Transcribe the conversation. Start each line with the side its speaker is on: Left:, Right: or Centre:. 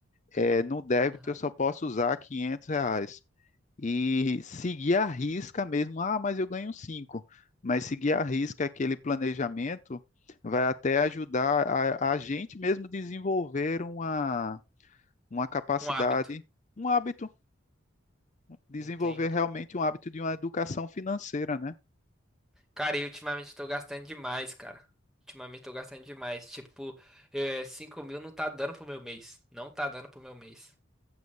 Left: É, no débito
Centre: Aham.
Left: eu só posso usar 500 reais. E seguir a risca mesmo, ah, mas eu ganho cinco Mas seguir a risca aquele planejamento vai até ajudar a, a gente mesmo desenvolver uma, uma capacidade,
Centre: Um hábito,
Left: um hábito desenvolver
Centre: entende?
Left: realmente um hábito de uma educação financeira, né?
Centre: Cara, e ultimamente eu tô gastando demais, cara. Ultimamente eu tô gastando demais. Tipo, é, 5 mil não tá dando pro meu mês. Não tá dando pro meu mês.